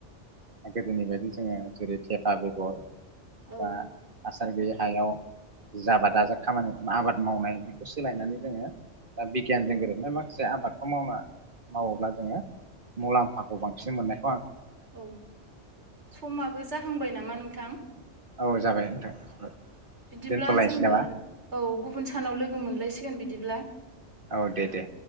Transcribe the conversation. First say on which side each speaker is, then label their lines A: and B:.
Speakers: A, on the right (about 45°); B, on the right (about 65°).
A: गोदोनि बायदि जोङो जेरै थेफा बेगर
B: औ
A: बा आस हासार गैयै हायाव जा आबादाजा खामानि आबाद मावनाय बेखौ सोलायनानै जोङो दा बिगियानजों गोरोबनाय माखासे आबाद खौ मावना मावोब्ला जोङो मुलाम्फाखौ बांसिन मोननाय
B: औ समाबो जाहांबाय नामा नों थां।
A: औ जाबाय नोंथां।
B: बिदिब्ला
A: दोनथ'लायनोसै
B: जोङो
A: नामा
B: औ गुबुन सानाव लोगो मोनलायसिगोन बिद दिब्ला।
A: औ दे दे